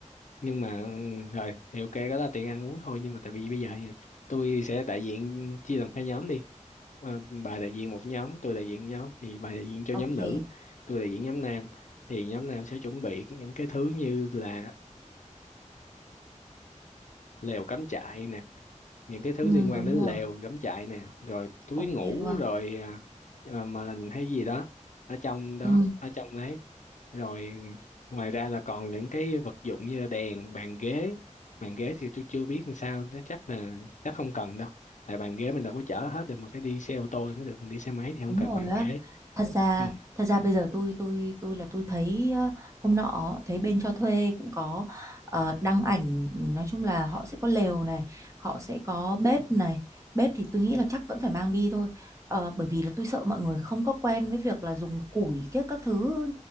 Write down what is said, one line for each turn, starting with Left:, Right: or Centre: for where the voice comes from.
Left: nhưng mà ừ, rồi thì ok đó là tiền ăn uống thôi nhưng mà tại vì bây giờ nha, tôi sẽ đại diện chia làm hai nhóm đi Mà bà đại diện một nhóm tôi đại diện nhóm thì bà đại diện cho
Right: Ok.
Left: nhóm nữ tôi đại diện nhóm nam thì nhóm nam sẽ chuẩn bị cái- những cái thứ như là lều cắm trại nè những cái thứ
Right: Ừ,
Left: liên quan
Right: đúng
Left: đến lều
Right: rồi,
Left: cắm trại nè rồi túi
Right: ok
Left: ngủ
Right: luôn.
Left: rồi à, à, mền hay gì đó ở trong đó
Right: Ừ,
Left: ở trong đấy rồi ngoài ra là còn những cái vật dụng như là đèn bàn ghế bàn ghế thì tôi chưa biết làm sao nó chắc là chắc không cần đâu tại bàn ghế mình đâu có chở hết được mình phải đi xe ô tô thì mới được mình đi xe máy thì không
Right: đúng
Left: cần
Right: rồi
Left: bàn
Right: á.
Left: ghế
Right: Thật ra,
Left: ừ
Right: thật ra bây giờ tôi tôi tôi là tôi thấy ờ, hôm nọ thấy bên cho thuê cũng có ờ, đăng ảnh, nói chung là họ sẽ có lều này, họ sẽ có bếp này. Bếp thì tôi nghĩ là chắc vẫn phải mang đi thôi. Ờ, bởi vì là tôi sợ mọi người không có quen với việc là dùng củi các các thứ